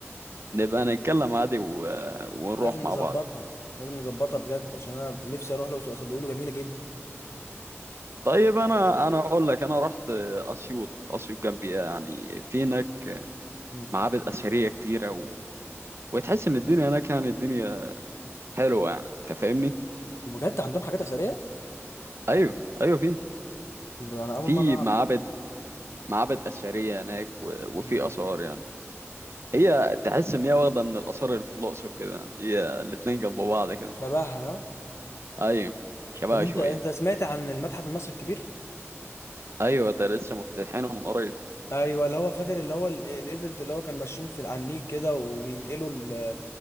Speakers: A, on the right; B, on the left.
A: نبقى نتكلم عادي و... ونروح
B: لازم
A: مع
B: نظبطها
A: بعض
B: لازم نظبطها بجد عشان انا نفسي اروح الاقصر واسوان بيقولوا جميله جدا
A: طيب انا انا اقول لك انا رحت اسيوط اسيوط جنبي يعني في هناك
B: مم.
A: معابد اثريه كتيره و... وتحس ان الدنيا هناك يعني الدنيا حلوه يعني انت فاهمني
B: بجد عندهم حاجات اثريه
A: ايوه ايوه في
B: ب- انا اول
A: في
B: مره اعرف
A: معابد
B: كده.
A: معابد اثريه هناك و...
B: مم.
A: وفي اثار يعني هي تحس ان هي واخده من الاثار اللي في الاقصر كده يعني هي الاتنين جنب بعض كده
B: شبهها آه.
A: ايوه شبهها
B: طب انت
A: شويه
B: انت سمعت عن المتحف المصري الكبير
A: ايوه ده لسه مفتتحينه من قريب
B: ايوه اللي هو فاكر اللي هو ال- الايفنت اللي هو كانوا ماشيين في على النيل كده وبينقلوا ال-